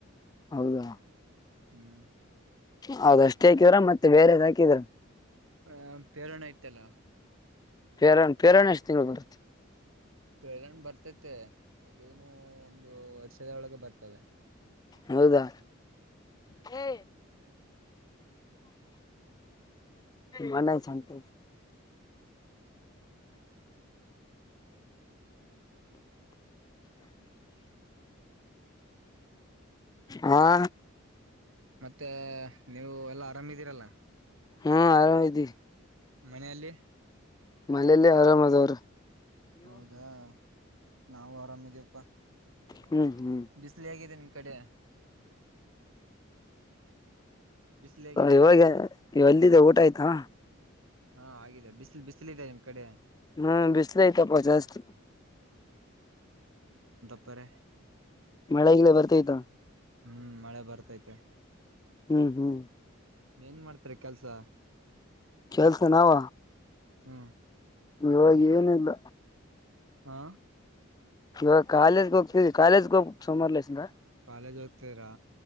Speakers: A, on the left; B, on the right.
A: ಹೌದಾ
B: ಹ್ಮ್
A: ಹೌದ ಅಷ್ಟೇ ಹಾಕಿದ್ರ ಮತ್ತೆ ಬೇರೆದ್ ಹಾಕಿದ್ರ
B: ಹ ಬೇರಣ್ಣ ಆಯ್ತಲ್ಲ
A: ಪೇರಾಣ್ ಪೇರಾಣ ಎಷ್ಟು ತಿಂಗಳು ಬರುತ್ತೆ
B: ಪೇರಣ್ಣ ಬರ್ತತೆ ಅದೇನು ಒಂದು ವರ್ಷದೊಳಗೆ ಬರ್ತವೆ
A: ಹೌದಾ ಹೇ ಮನ ಸತ ಹಾ
B: ಮತ್ತೆ ನೀವು ಎಲ್ಲಾ ಆರಾಮಿದೀರಲ್ಲ
A: ಹ್ಮ ಆರಾಮ್ ಇದ
B: ಮನೆಯಲ್ಲಿ
A: ಮನೇಲಿ ಆರಾಮ್ ಅದವ್ರ ರಿ
B: ಹೌದಾ. ನಾವು ಆರಾಮಿದೀಪ್ಪಾ.
A: ಹ್ಮ್ ಹ್ಮ್
B: ಬಿಸ್ಲಿ ಆಗಿದೆ ನಿಮ. ಕಡೆ. ಬಿಸಿಲು ಹೇಗಿದೆ
A: ಇವಾಗ ಇ ಎಲ್ಲಿದೆ ಊಟ ಆಯ್ತಾ.
B: ಹಾ ಆಗಿದೆ ಬಿಸಿಲು ಬಿಸಲ ಇದೆದೆ ನಿಮ್ ಕಡೆ.
A: ಹ್ಮ್ ಬಿಸಲ ಇತಪ್ಪ ಜಾಸ್ತಿ.
B: ಪ್ಪರ.
A: ಮಳೆಗಲ ಬರ್ತೈತಾ.
B: ಹ್ಮ್ ಮಳೆ ಬರ್ತೈತೆ.
A: ಹ್ಮ್ ಹ್ಮ್.
B: ಏನ್ ಮಾಡ್ತರಿ ಕೆಲ್ಸ.
A: ಕೆಲ್ಸ ನಾವ.
B: ಹ್ಮ್
A: ಇವಾಗ ಏನಿಲ್ಲ.
B: ಹಾ.
A: ಇವಾಗ ಕಾಲೇಜ್ಗೆ ಹೋಗ್ತವಿ ಕಾಲೇಜ್ಗೆ ಹೋಗ ಸೋಮವಾರ ಲಸಂಗ.
B: ಕಾಲೇಜ್ ಓದ್ತರಾ.